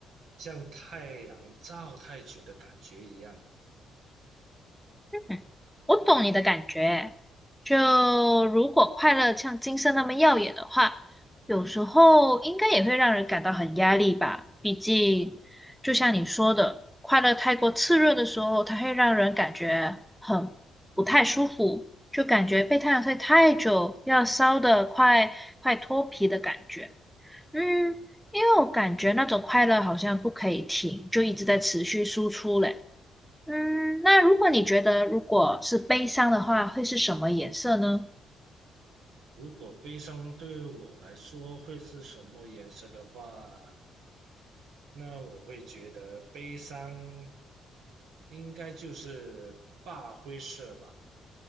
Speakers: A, on the right; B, in the centre.
A: 像太阳照太久的感觉一样。
B: 嗯，我懂你的感觉。就如果快乐像金色那么耀眼的话，有时候应该也会让人感到很压力吧。毕竟，就像你说的，快乐太过炽热的时候，它会让人感觉很不太舒服，就感觉被太阳晒太久，要烧得快快脱皮的感觉。嗯，因为我感觉那种快乐好像不可以停，就一直在持续输出嘞。嗯，那如果你觉得如果是悲伤的话，会是什么颜色呢？
A: 如果悲伤对我来说会是什么颜色的话，那我会觉得悲伤应该就是大灰色吧。